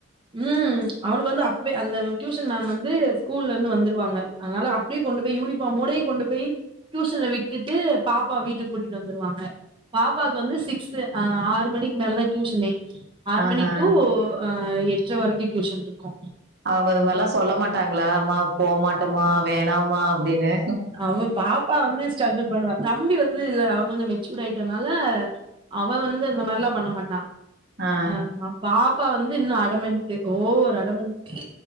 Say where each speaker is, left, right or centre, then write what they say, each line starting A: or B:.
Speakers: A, on the right; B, on the right.
A: ம் அவனுக்கு வந்து அப்வே அந்த டியூஷன் மேம் வந்து ஸ்கூல்லந்து வந்துருவாங்க அதனால அப்டே கொண்டு போய் யூனிஃபார்மோடே கொண்டு போய் டியூசன்ல விட்டுட்டு பாப்பா வீட்டுக் கூட்டிட்டு வந்துருவாங்க பாப்பாக்கு வந்து சிக்ஸ்சு ஆறு மணிக்கு மேலதான் டியூசனே ஆறு
B: ஆஹ.
A: மணி டூ ஆ எட்ர வரைக்கு டியூஷன் இருக்கு
B: அவுங்க இது மார்லா சொல்ல மாட்டாங்ளா அம்மா போ மாட்டமா வேணாமா அப்டின்னு
A: அவ பாப்பா வந்து ஸ்ட்ரகுள் பண்ணுவா தம்பி வந்து இது அவன் கொஞ்ச மெச்சூர் ஆயிட்டனால அவன் வந்து இந்த மார்லா பண்ண மாட்டா
B: ஆ, ஆ.
A: ஆமா பாப்பா வந்து இன்னு அடமன்ட்டு ஓவரு அடமன்ட்டு